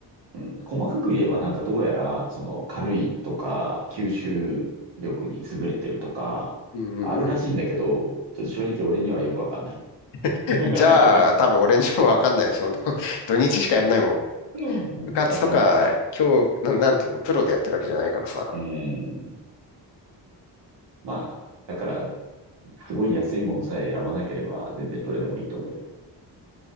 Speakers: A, on the right; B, on the left.
A: うん、細かく言えばなんかどうやら、その軽いとか、吸収力に優れてるとか、
B: うんうんうん。
A: あるらしいんだけど、ちょっと正直俺にはよくわかんない。
B: <laughs>
A: <laughs>
B: じゃあ、多分俺にも分かんないよ。その <laughs> 土日しかやんないもん。
A: うんだからまあまあ、
B: 部活とか、今日、な、なんていうの、プロでやってるわけじゃないからさ。
A: うん、まあ、だから、すごい安いものさえ選ばなければ、全然どれでもいいと思うよ。